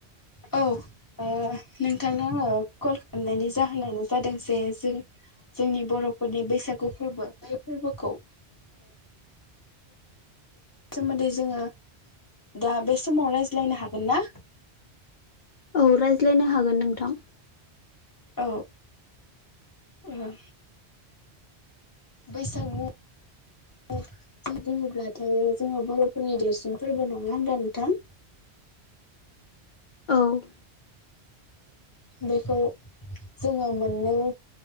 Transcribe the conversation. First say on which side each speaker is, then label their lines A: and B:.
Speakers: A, on the left; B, on the left.
A: औ नोंथां कल खालामनायनि जाहोनानो जादों जे जों जोंनि बर'फोरनि बैसागु फोरबो बे फोरबोखौ सोमोन्दै जोङो दा बे समाव रायज्लायनो हागोन ना?
B: औ रायज्लायनो हागोन नोंथां
A: औ औ बैसागु औ जों बुङोब्लाथायायो जोङो बर'फोरनि देरसिन फोरबो नङा होना नोंथां
B: औ
A: बेखौ जोङो मोननो